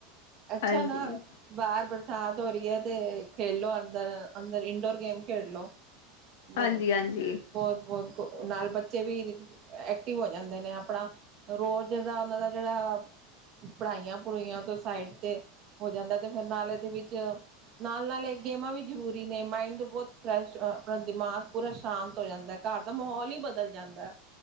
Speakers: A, on the right; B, on the left.
A: ਅੱਛਾ
B: ਹਾਂਜੀ
A: ਨਾ ਬਾਹਰ ਬਰਸਾਤ ਹੋ ਰਹੀ ਏ, ਤੇ ਖੇਲ ਲੋ ਅੰਦਰ, ਅੰਦਰ ਇੰਡੋਰ ਗੇਮ ਖੇਡ ਲੋ।
B: <unintelligible>
A: ਬ
B: ਹਾਂਜੀ
A: ਬਹੁਤ-ਬਹੁਤ ਨਾਲ ਬੱਚੇ ਵੀ ਐਕਟਿਵ ਹੋ ਜਾਂਦੇ ਨੇ, ਆਪਣਾ ਰੋਜ਼ ਜਿੱਦਾਂ ਉਹਨਾਂ ਦਾ, ਜਿਹੜਾ ਪੜ੍ਹਾਈਆਂ ਪੜੂਈਆਂ ਤੋਂ ਸਾਈਡ ਤੇ ਹੋ ਜਾਂਦਾ, ਤੇ ਫਿਰ ਨਾਲ ਇਹਦੇ ਵਿੱਚ ਨਾਲ-ਨਾਲ ਇਹ ਗੇਮਾਂ ਵੀ ਜ਼ਰੂਰੀ ਨੇ, ਮਾਇੰਡ ਬਹੁਤ ਫਰੈਸ਼, ਆਪਣਾ ਦਿਮਾਗ ਪੂਰਾ ਸ਼ਾਂਤ ਹੋ ਜਾਂਦਾ। ਘਰ ਦਾ ਮਾਹੌਲ ਹੀ ਬਦਲ ਜਾਂਦਾ।